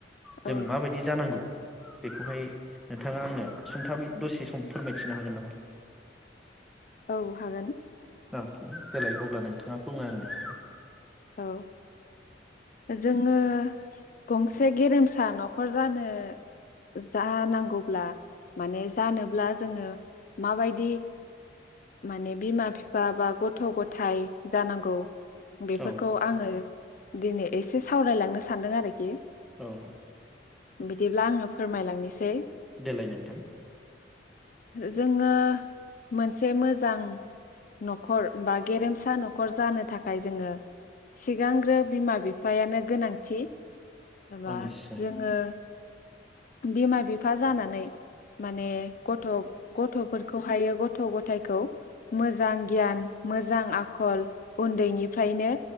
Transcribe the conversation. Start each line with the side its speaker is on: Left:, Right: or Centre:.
Centre: जों
Left: औ
Centre: माबायदि जानांगौ? बेखौहाय नोंथाङा आंनो सुंथाबै दसे सम फोरमायथिनो हागोन नामा?
Left: औ हागोन।
Centre: अके देलाय अब्ला नोंथाङा बुंनांनो स
Left: औ जोङो गंसे गेरेमसा न'खर जानो जानांगौब्ला माने जानोब्ला जोङो माबायदि माने बिमा बिफा बा गथ गथाय जानांगौ बेफोर
Centre: औ
Left: खौ आङो दिनै एसे सावरायलांनो सानदों आरोखि
Centre: औ
Left: बिदिब्ला आङो फोरमायलांनोसै।
Centre: देलाय नोंथां
Left: जोङो मोनसे मोजां न'खर बा गेरेमसा न'खर जानो थाखाय जोङो। सिगांग्रो बिमा बिफायानो गोनांथि एबा
Centre: अ निस्सय
Left: जोङो बिमा बिफा जानानै माने गथ गथ'फोरखौहायो गथ गथायाइखौ मोजां गियान मोजां आखल उन्दैनिफ्रायनो